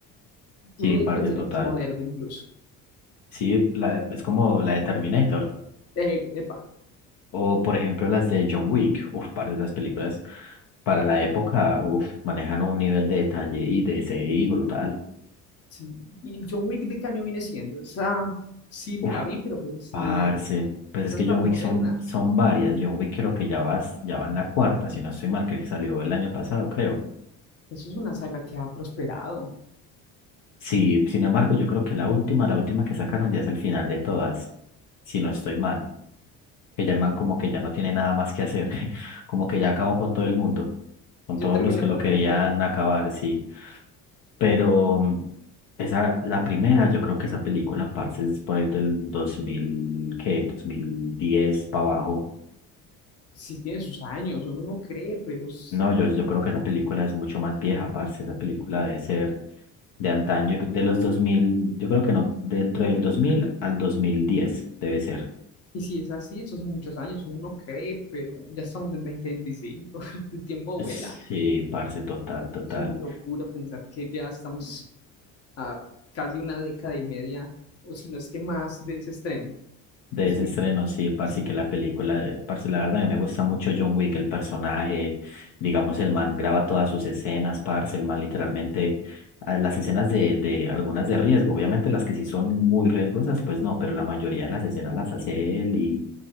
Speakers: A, on the left (about 70°); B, on the left (about 45°).
A: Sí,
B: Uno
A: parte
B: pensaría
A: total.
B: que es moderno incluso.
A: Sí, la- es como la de Terminator.
B: Eh, epa,
A: O, por ejemplo, las de John Wick. Uf, parte de esas películas para la época, uf, manejan un nivel de detalle y de CGI brutal.
B: sí. ¿Y John Wick de qué año viene siendo? Esa sí me
A: Uf,
B: la vi, pero pues
A: parce.
B: ni idea.
A: Pues
B: Esa
A: es que
B: es más
A: John
B: moderna.
A: Wick son, son varias. John Wick creo que ya vas, ya va en la cuarta, si no estoy mal, que salió el año pasado, creo.
B: Eso es una saga que ha prosperado.
A: Sí, sin embargo, yo creo que la última, la última que sacaron ya es el final de todas, si no estoy mal. que ya el man como que ya no tiene nada más que hacer, <laughs> como que ya acabó con todo el mundo, con
B: Ya
A: todos
B: terminó
A: los que
B: con
A: lo querían
B: la misión.
A: acabar, sí. Pero mm, esa, la primera, yo creo que esa película, parce, es por ahí del 2000, ¿qué? 2010 para abajo.
B: Sí tiene sus años, uno no cree, pero es-
A: No, yo, yo creo que esa película es mucho más vieja, parce, esa película debe ser de antaño, de los 2000, yo creo que no, dentro del 2000 al 2010 debe ser.
B: Y si es así, esos son muchos años, uno no cree, pero ya estamos en dos mil veinticinco <laughs> el tiempo vuela.
A: Sí, parce, total, total.
B: Es una locura pensar que ya estamos a casi una década y media, o si no es que más, de ese estreno.
A: de
B: Y si-
A: ese
B: si-
A: estreno, sí, parce,
B: y si-
A: que la película, eh, parce, la verdad a mí me gusta mucho John Wick, el personaje, digamos, el man graba todas sus escenas, parce, el man literalmente, ah, las escenas de, de algunas de riesgo, obviamente las que sí son muy riesgosas, pues no, pero la mayoría de las escenas las hace él y,